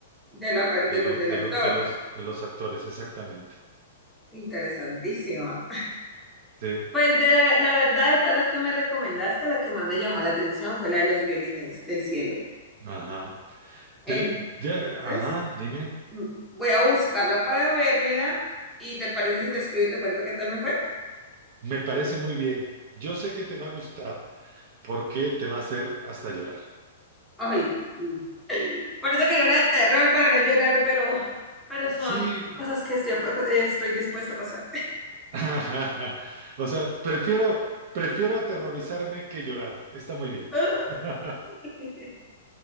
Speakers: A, in the centre; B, on the right (about 45°).
A: de la, per-
B: de,
A: del,
B: lo-
A: del
B: de,
A: actor.
B: lo- de los, de los actores, exactamente.
A: Interesantísima.
B: Sí,
A: Pues de la, la verdad, de todas las que me recomendaste, la que más me llamó la atención fue la de los violines del cielo.
B: <laughs> ajá.
A: Entonces,
B: Te- ya, ajá, dime.
A: mm, voy a buscarla para vérmela. ¿Y te parece si te escribo y te cuento qué tal me fue?
B: Me parece muy bien. Yo sé que te va a gustar porque te va a hacer hasta llorar.
A: Ay, mm. por eso quería una de terror para no llorar, pero, pero son
B: Sí,
A: cosas que estoy, estoy dispuesta a pasar.
B: <laughs> o sea, prefiero, prefiero aterrorizarme que llorar. Está muy bien.
A: <laughs>
B: <laughs>
A: Ay.